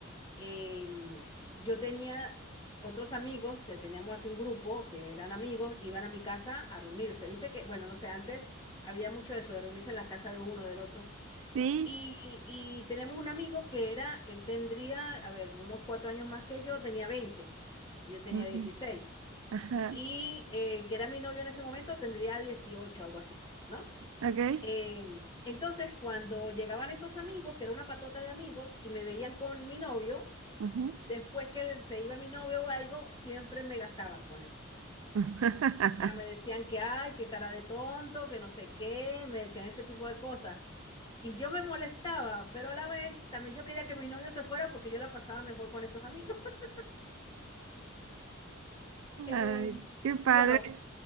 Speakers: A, on the left; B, on the right.
A: em, yo tenía otros amigos que teníamos así un grupo que eran amigos, iban a mi casa a reunirse. Viste que, bueno, no sé, antes había mucho eso de reunirse en la casa de uno del otro.
B: Sí.
A: Y, y teníamos un amigo que era, él tendría, a ver, unos cuatro años más que yo, tenía 20 y yo tenía
B: Ok.
A: dieciséis
B: Ajá.
A: Y eh, que era mi novio en ese momento, tendría 18 algo así, ¿no?
B: Ok.
A: Em, entonces, cuando llegaban esos amigos, que era una patota de amigos, y me veían con mi novio,
B: Ujú.
A: después que se iba mi novio o algo, siempre me gastaban con él.
B: <laughs>
A: O sea, me decían que, ay, qué cara de tonto, que no sé qué, me decían ese tipo de cosas. Y yo me molestaba, pero a la vez también yo quería que mi novio se fuera porque yo la pasaba mejor con estos amigos. <laughs> Em,
B: Ay, qué padre.
A: y bueno,